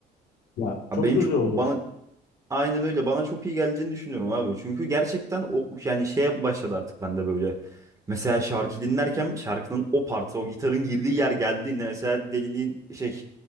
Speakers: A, on the left; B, on the right.
A: Ya
B: Abi
A: çok
B: benim
A: güzel
B: çok
A: olur.
B: bana Aynen öyle. Bana çok iyi geleceğini düşünüyorum abi. Çünkü gerçekten o yani şeye başladı artık ben de böyle. Mesela şarkı dinlerken şarkının o partı, o gitarın girdiği yer geldiğinde mesela deliliğin şey